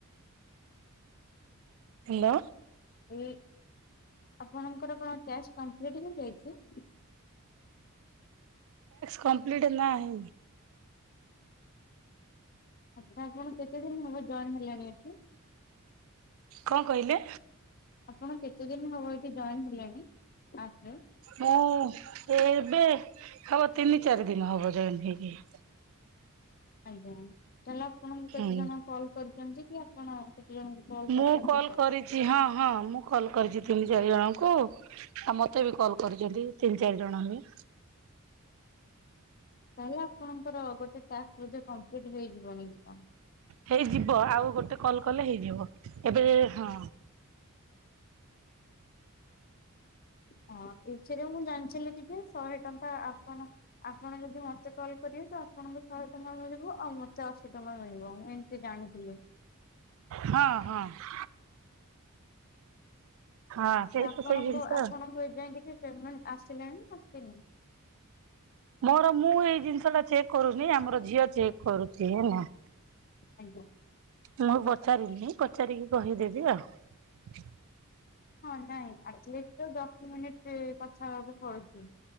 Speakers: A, on the right; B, on the left.
A: ହ୍ୟାଲୋ
B: ଏ ଆପଣଙ୍କର କଣ ଟ୍ୟାସ୍ କମ୍ପ୍ଲିଟ୍ ହେଇଯାଇଛି।
A: କମ୍ପ୍ଲିଟ୍ ନାହି।
B: ଆଚ୍ଛା ଆପଣ କେତେଦିନ ହେବ ଜଏନ୍ ହେଲେଣି ଏଠି?
A: କଣ କହିଲେ?
B: ଆପଣ କେତେ ଦିନ ହବ ଏଠି ଜଏନ୍ ହେଲାଣି? ଆପ୍ ରେ
A: ମୁଁ ଏବେ ହବ ତିନି ଚାରି ଦିନ ହବ ଜଏନ ହେଇକି ୲
B: ଆଜ୍ଞା ତାହେଲେ ଆପଣଙ୍କୁ କେତେ
A: ହୁଁ
B: ଜଣ କଲ୍ କରିୁଛନ୍ତି କି ଆପଣ କେତେ ଜଣଙ୍କୁ କଲ୍ କରିଛନ୍ତି
A: ମୁଁ କଲ
B: ଏଇଟା?
A: କରିଛି ହଁ ହଁ ମୁଁ କଲ କରିଛି ତିନି ଚାରି ଜଣଙ୍କୁ। ଆଉ ମତେ ବି କଲ୍ କରିଛନ୍ତି ତିନି ଚାରି ଜଣ ହେବେ।
B: ତାହେଲେ ଆପଣଙ୍କର ଗୋଟେ ଟାକ୍ସ ବୋଧେ କମ୍ପିଲିଟ ହେଇଯିବନି କି କଣ!
A: ହେଇଯିବ ଆଉ ଗୋଟେ କଲ କଲେ ହେଇଯିବ ଏବେ ହଁ।
B: ହଁ ଏଥିରେ ମୁଁ ଜାଣିଥିଲି କି ଯେ ଶହେ ଟଙ୍କା ଆପଣ ଆପଣ ଯଦି ମତେ କଲ୍ କରିବେ ତ ଆପଣଙ୍କୁ ଶହେ ଟଙ୍କା ମିଳିବ ଆଉ ମତେ ଅଶୀ ଟଙ୍କା ମିଳିବ ମି କିଛି ଜାଣିଥିଲୁ।
A: ହଁ ହଁ। ହଁ ସେଇ
B: ତ ଆପଣଙ୍କ
A: ସେଇ ଜିନିଷ
B: ଆପଣଙ୍କ ଏ ଯାଏ କିଛି ପେମେଣ୍ଟ ଆସିଲାଣି ନା ଆସିନି?
A: ମୋର ମୁଁ ଏଇ ଜିନିଷ ଟା ଚେକ୍ କରୁନି ଆମର ଝିଅ ଚେକ୍ କରୁଛି ହେଲା।
B: ଆଜ୍ଞା।
A: ମୁଁ ପଚାରିନି ପଚାରିକି କହିଦେବି ଆଉ
B: ହଁ ନାଇଁ ଆଟଲିସ ଦଶ ମିନିଟ କଥା ହେବାକୁ ପଡୁଛି।